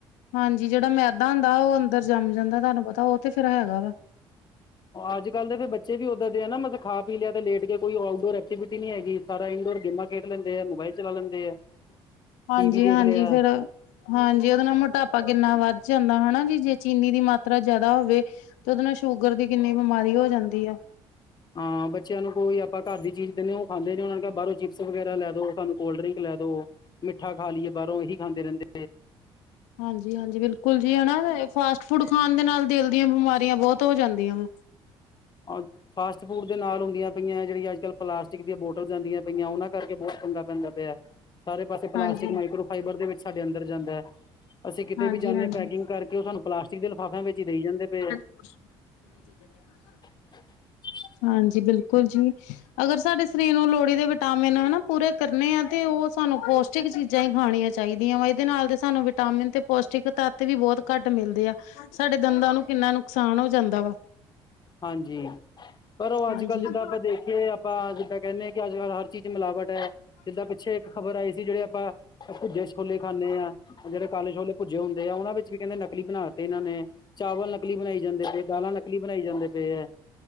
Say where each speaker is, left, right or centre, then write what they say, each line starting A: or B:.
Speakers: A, on the left; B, on the left.
A: ਹਾਂਜੀ, ਜਿਹੜਾ ਮੈਦਾ ਹੁੰਦਾ ਉਹ ਅੰਦਰ ਜਮ ਜਾਂਦਾ ਤੁਹਾਨੂੰ ਪਤਾ ਉਹ ਤੇ ਫੇਰ ਹੈਗਾ ਵਾ।
B: ਅੱਜ ਕੱਲ ਦੇ ਫਿਰ ਬੱਚੇ ਵੀ ਉੱਦਰ ਦੇ ਆ ਨਾ ਮਤਲਬ ਖਾ ਪੀ ਲਿਆ ਤੇ ਲੇਟ ਗੇ ਕੋਈ ਆਊਟਡੋਰ ਐਕਟੀਵਿਟੀ ਨੀ ਹੈਗੀ ਸਾਰ ਇਨਡੋਰ ਗੇਮਾਂ ਖੇਡ ਲੈਂਦੇ ਆ ਮੋਬਾਈਲ ਚਲਾ ਲੈਂਦੇ ਆ।
A: ਹਾਂਜੀ
B: ਟੀ ਵੀ ਦੇਖ
A: ਹਾਂਜੀ
B: ਲਿਆ
A: ਫਿਰ ਹਾਂਜੀ, ਉਹਦੇ ਨਾਲ ਮੋਟਾਪਾ ਕਿੰਨਾ ਵੱਧ ਜਾਂਦਾ ਜੀ ਜੇ ਚੀਨੀ ਦੀ ਮਾਤਰਾ ਜਿਆਦਾ ਹੋਵੇ। ਤੇ ਉਹਦੇ ਨਾਲ ਸ਼ੂਗਰ ਦੀ ਕਿੰਨੀ ਬਿਮਾਰੀ ਹੋ ਜਾਂਦੀ ਆ।
B: ਹਾਂ, ਬੱਚਿਆਂ ਨੂੰ ਕੋਈ ਆਪਾਂ ਘਰ ਦੀ ਚੀਜ਼ ਦਿੰਦੇ ਹੋ ਉਹ ਖਾਂਦੇ ਨੇ ਉਹਨਾਂ ਨੇ ਕਿਹਾ ਬਾਹਰੋਂ ਚੀ ਵਗੈਰਾ ਲੈ ਦੋ ਸਾਨੂੰ ਕੋਲਡ ਡਰਿੰਕ ਲੈ ਦੋ ਮਿੱਠਾ ਖਾ ਲਈਏ ਬਾਹਰੋਂ ਇਹੀ ਖਾਂਦੇ ਰਹਿੰਦੇ।
A: ਹਾਂਜੀ ਹਾਂਜੀ, ਬਿਲਕੁਲ ਜੀ ਹਨਾ ਫਾਸਟ ਫੂਡ ਖਾਣ ਦੇ ਨਾਲ ਦਿਲ ਦੀਆਂ ਬਿਮਾਰੀਆਂ ਬਹੁਤ ਹੋ ਜਾਂਦੀਆਂ ਵਾ।
B: ਔਰ ਫਾਸਟ ਫੂਡ ਦੇ ਨਾਲ ਹੁੰਦੀਆਂ ਪਈਆਂ ਜਿਹੜੀਆਂ ਅੱਜ ਕੱਲ੍ਹ ਪਲਾਸਟਿਕ ਦੀਆਂ ਬੋਟਲ ਜਾਂਦੀਆਂ ਪਈਆਂ ਉਹਨਾਂ ਕਰਕੇ ਬਹੁਤ ਚੰਗਾ ਪੈਂਦਾ ਪਿਆ। ਸਾਰੇ ਪਾਸੇ ਪਲਾਸਟਿਕ
A: ਹਾਂਜੀ,
B: ਮਾਈਕ੍ਰੋ ਫਾਈਬਰ ਦੇ ਵਿੱਚ ਸਾਡੇ ਅੰਦਰ ਜਾਂਦਾ। ਅਸੀਂ ਕਿਤੇ
A: ਹਾਂਜੀ-ਹਾਂਜੀ,
B: ਵੀ ਜਾਂਦੇ
A: ਹਾਂਜੀ
B: ਆ ਪੈਕਿੰਗ ਕਰਕੇ ਉਹ ਸਾਨੂੰ ਪਲਾਸਟਿਕ ਦੇ ਲਿਫਾਫਿਆਂ ਵਿੱਚ ਹੀ ਦੇਈ ਜਾਂਦੇ ਪਏ ਆ।
A: <unintelligible> ਚੀਜ਼ਾਂ,
B: <unintelligible>
A: ਹਾਂਜੀ, ਬਿਲਕੁਲ ਜੀ ਅਗਰ ਸਾਡੇ ਸਰੀਰ ਨੂੰ ਲੋਹੜੀ ਦੇ ਵਿਟਾਮਿਨ ਹਨਾ ਪੂਰੇ। ਕਰਨੇ ਆ ਤੇ ਉਹ ਸਾਨੂੰ ਪੌਸ਼ਟਿਕ ਚੀਜ਼ਾਂ ਹੀ ਖਾਣੀਆਂ ਚਾਹੀਦੀਆਂ ਵਾ ਇਹਦੇ ਨਾਲ ਤੇ ਸਾਨੂੰ ਵਿਟਾਮਿਨ ਤੇ ਪੌਸ਼ਟਿਕ ਤੱਤ ਤੇ ਵੀ ਬਹੁਤ ਘੱਟ ਮਿਲਦੇ ਆ ਸਾਡੇ ਦੰਦਾਂ ਨੂੰ ਕਿੰਨਾ ਨੁਕਸਾਨ ਹੋ ਜਾਂਦਾ ਵਾ।
B: ਹਾਂਜੀ, ਪਰ ਉਹ ਅੱਜ
A: ਹਾਂਜੀ।
B: ਕੱਲ੍ਹ ਜਿੱਦਾਂ ਆਪਾਂ ਦੇਖੀਏ ਆਪਾਂ ਜਿੱਦਾਂ ਕਹਿੰਦੇ ਹਾਂ ਕਿ ਅੱਜ ਕੱਲ੍ਹ ਹਰ ਚੀਜ਼ ਚ ਮਿਲਾਵਟ ਐ। ਜਿੱਦਾਂ ਪਿੱਛੇ ਇੱਕ ਖ਼ਬਰ ਆਈ ਸੀ ਜਿਹੜੇ ਆਪਾਂ ਭੁੱਜੇ ਛੋਲੇ ਖਾਂਦੇ ਹਾਂ ਜਿਹੜੇ ਕਾਲੇ ਛੋਲੇ ਪੁੱਜੇ ਹੁੰਦੇ ਆ ਉਹਨਾਂ ਵਿੱਚ ਵੀ ਕਹਿੰਦੇ ਨਕਲੀ ਬਣਾ ਤੇ ਇਹਨਾਂ ਨੇ ਚਾਵਲ ਨਕਲੀ ਬਣਾਈ ਜਾਂਦੇ ਤੇ ਦਾਲਾਂ ਨਕਲੀ ਬਣਾਈ ਜਾਂਦੇ ਤੇ ਤੇ,